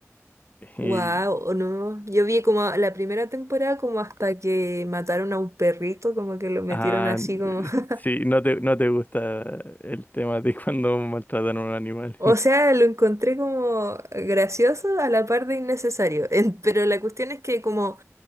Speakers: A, on the left; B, on the right.
A: Y,
B: Wow, no. Yo vi como la primera temporada como hasta que mataron a un perrito, como que lo metieron
A: ah,
B: así como...
A: eh,
B: <laughs>
A: sí, no te, no te gusta el tema de cuando maltratan a un animal.
B: O
A: <laughs>
B: sea, lo encontré como gracioso a la par de innecesario. <laughs> En- Pero la cuestión es que como